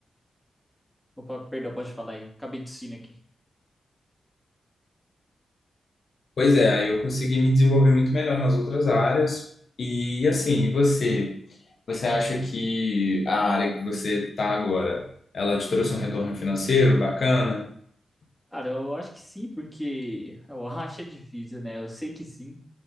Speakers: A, in the centre; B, on the left.
A: Opa, perdão, pode falar aí. Acabei tossindo aqui.
B: Pois é, aí eu consegui me desenvolver muito melhor nas outras áreas. E assim, e você, você acha que a área que você está agora, ela te trouxe um retorno financeiro bacana?
A: Cara, eu acho que sim, porque <laughs> eu acho é difícil, né? Eu sei que sim,